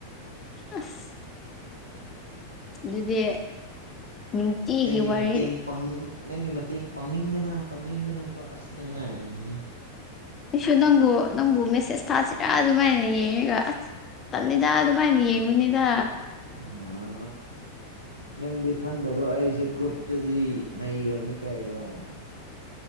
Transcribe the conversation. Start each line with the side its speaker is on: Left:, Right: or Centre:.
Left: ꯑꯁ ꯑꯗꯨꯗꯤ ꯅꯨꯡꯇꯤꯒꯤ
Right: ꯅꯪꯒꯤ
Left: ꯋꯥꯔꯤ
Right: ꯃꯇꯦꯡ ꯄꯥꯡꯅꯤꯡ ꯅꯪꯒꯤ ꯃꯇꯦꯡ ꯄꯥꯡꯅꯤꯡꯗꯅ ꯄꯥꯡꯅꯤꯡꯗꯅꯀꯣ ꯑꯁ ꯅꯪ ꯉꯥꯏꯔꯤꯅꯤꯅꯦ
Left: ꯑꯩꯁꯨ ꯅꯪꯕꯨ ꯅꯪꯕꯨ ꯃꯦꯁꯦꯖ ꯊꯥꯁꯤꯔꯥ ꯑꯗꯨꯃꯥꯏꯅ ꯌꯦꯡꯉꯒ ꯑꯁ ꯇꯜꯂꯤꯗ ꯑꯗꯨꯃꯥꯏꯅ ꯌꯦꯡꯕꯅꯤꯗ
Right: ꯑꯝ ꯅꯪꯗꯤ ꯈꯪꯗꯕ꯭ꯔꯣ ꯑꯩꯁꯦ ꯒ꯭ꯔꯨꯞꯇꯗꯤ ꯅꯩꯔꯕꯅꯤ ꯀꯩꯔꯣ